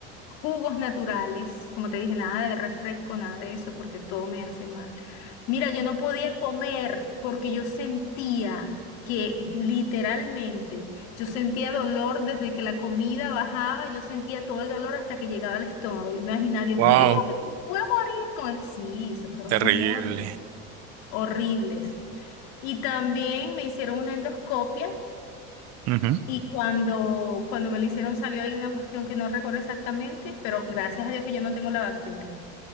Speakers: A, on the left; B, on the right.
A: jugos naturales, como te dije, nada de refresco, nada de eso, porque todo me hace mal. Mira, yo no podía comer porque yo sentía que literalmente, yo sentía dolor desde que la comida bajaba, yo sentía todo el dolor hasta que llegaba al estómago. Yo me imaginaba, Dios
B: wow,
A: mío, pero me voy a morir. con el-". Sí, esos fueron
B: terrible.
A: unos días horribles. horribles. Y también me hicieron una endoscopia
B: Ujú.
A: y cuando, cuando me lo hicieron salió ahí una cuestión que no recuerdo exactamente, pero gracias a Dios que yo no tengo la bacteria,